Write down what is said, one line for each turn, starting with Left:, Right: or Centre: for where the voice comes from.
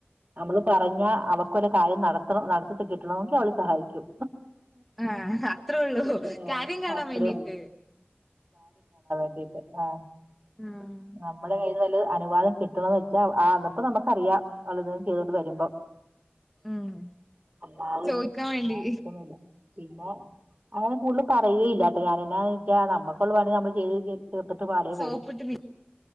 Right: നമ്മള് പറഞ്ഞാ അവക്കൊരു കാര്യം നടത്തണം നടത്തിട്ട് കിട്ടണമെങ്കിൽ അവള് സഹായിക്കും
Centre: ആ അത്രേയള്ളൂ
Right: ഏ
Centre: കാര്യം കാണാൻ
Right: അത്രേ
Centre: വേണ്ടീട്ട്
Right: വേണ്ടിട് ആ
Centre: ആഹ്
Right: നമ്മുടെ കയ്യിൽന്ന് വല് അനുവാദം കിട്ടണ വച്ചാ ആ അപ്പൊ നമുക്കറിയാം അവളൊന്ന് ചെയ്തോണ്ട് വരുമ്പോ
Centre: ഉം
Right: അമ്മാവ്
Centre: ചോയിക്കാൻ വേണ്ടി
Right: സഹായിക്കൊന്നുല്ല പിന്നെ അങ്ങനെ കൂടുതല് പറയേയേയില്ല അപ്പൊ ഞാനെന്നാ വെച്ചാ നമ്മൊക്കൊള്ള പണി നമ്മള് ചെയ്ത് ചേർത്തിട്ട് പാടെ
Centre: സോപ്പിട്ട്
Right: പോകും
Centre: നി